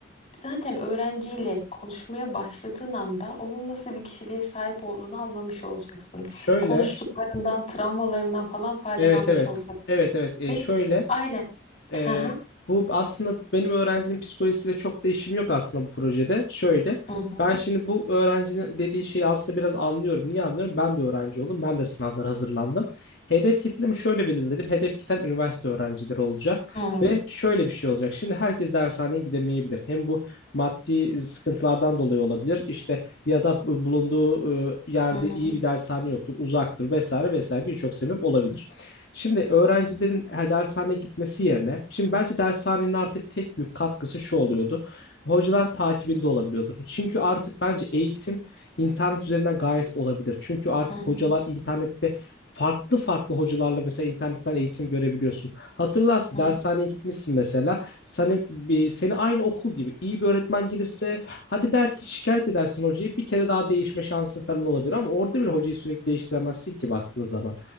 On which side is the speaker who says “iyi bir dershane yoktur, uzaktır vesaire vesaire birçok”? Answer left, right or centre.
Left